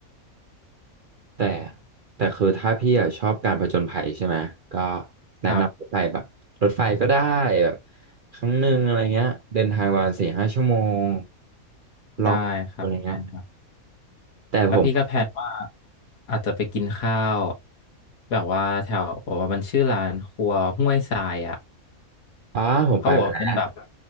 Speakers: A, on the right; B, on the left.
A: แต่แต่คือถ้าพี่อะชอบการผจญภัยใช่ไหมก็แนะนำไปแบบรถไฟก็ได้แบบ
B: ครับ
A: ครั้งหนึ่งอะไรเงี้ยเดินทางประมาณสี่ห้าชั่วโมงลองอะไรเงี้ย
B: ได้ครับได้ครับ
A: แต่ผม
B: แล้วพี่ก็แพลนว่าอาจจะไปกินข้าวแบบว่าแถวมันชื่อร้านครัวห้วยทรายอ่ะ
A: อ๋อผมไปมาแล้ว
B: เขาบอกว่าเป็นแบบ